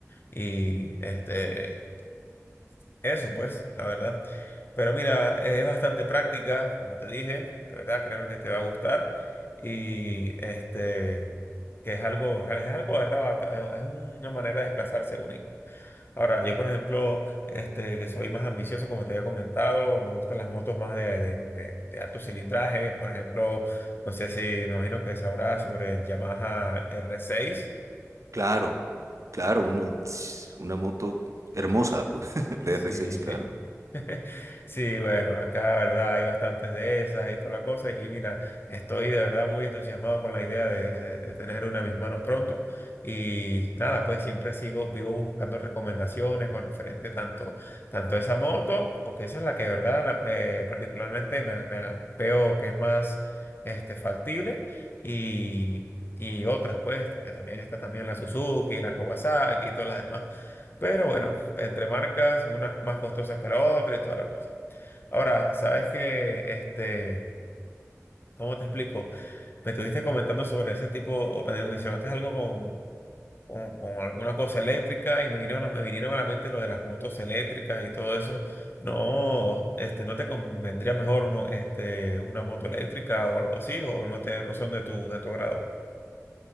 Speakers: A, on the left; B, on the right.
A: Y este, eso pues, la verdad. Pero mira, es bastante práctica, como te dije, de verdad, créeme que te va a gustar. Y este, que es algo, es algo, ¿verdad? bast- Es una manera de desplazarse única. Ahora, yo por ejemplo, este, que soy más ambicioso, como te había comentado, me gustan las motos más de, de, de- de alto cilindraje. Por ejemplo, no sé si, me imagino que sabrás sobre el Yamaha R6.
B: Claro, claro, uno- una moto hermosa, pues, <laughs> la
A: Sí,
B: R6,
A: sí.
B: claro.
A: <laughs> Sí, bueno, acá, verdad, hay bastantes de esas y toda la cosa. Y mira, estoy de verdad muy entusiasmado con la idea de, de- de tener una en mis manos pronto. Y nada, pues siempre sigo, vivo buscando recomendaciones con referente tanto, tanto a esa moto, porque esa es la que, de verdad, la- eh, particularmente me, me- veo que es más este, factible. Y, y otras, pues, porque también está también la Suzuki, la Kawasaki y todas las demás. Pero bueno, entre marcas, una más costosa que la otra y toda la cosa. Ahora, ¿sabes que Este, ¿cómo te explico? Me estuviste comentando sobre ese tipo, o me mencionaste algo con, con, con alguna cosa eléctrica y me vinieron, a- me vinieron a la mente lo de las motos eléctricas y todo eso. No, este, ¿no te convendría mejor mo- este, una moto eléctrica o algo así? ¿O no te, no son de tu, de tu agrado?